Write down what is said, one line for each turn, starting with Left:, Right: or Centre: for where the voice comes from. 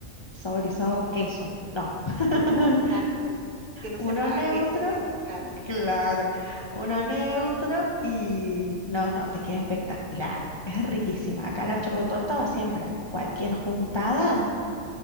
Left: saborizado queso, no. <laughs>
Right: No, exacto. Que no
Left: Uno
Right: sepa
Left: neutro,
Right: a queso, queso, claro.
Left: claro, uno neutro y no, no, te queda espectacular. Es riquísima. Acá la chocotorta va siempre. Cualquier juntada,